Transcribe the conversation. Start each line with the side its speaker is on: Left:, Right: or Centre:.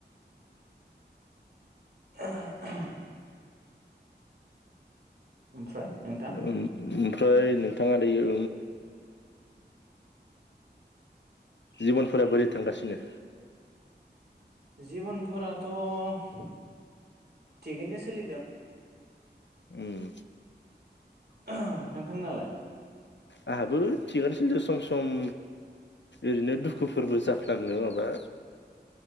Right: <unintelligible> ओमफ्राय नोंथां
Left: ओम ओमफ्राय नोंथाङा दायो जिबनफोरा बोरै थांगासिनो
Right: जिबनफोराथ' - थिगैनो सोलिदों
Left: उम
Right: नोंथां नालाय
Left: आंहाबो थिगानोसैदो सम सम ओरैनो दुखुफोरबो जाफ्लाङो माबा